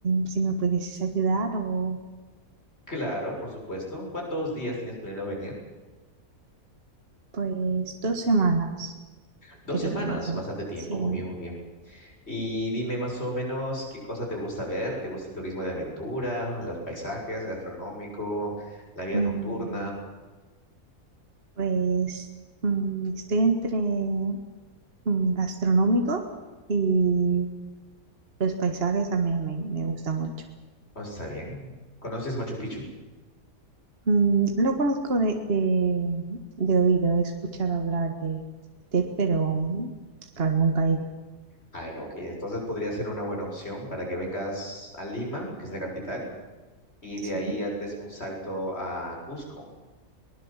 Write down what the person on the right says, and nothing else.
si me pudieses ayudar o
pues dos semanas,
creo,
más o
menos.
Sí,
Mm,
pues mm, estoy entre mm, gastronómico y los paisajes también me, me gustan mucho.
Mm, lo conozco de, de, de oído, he escuchado hablar de, de pero mm, claro, nunca he ido.
Sí,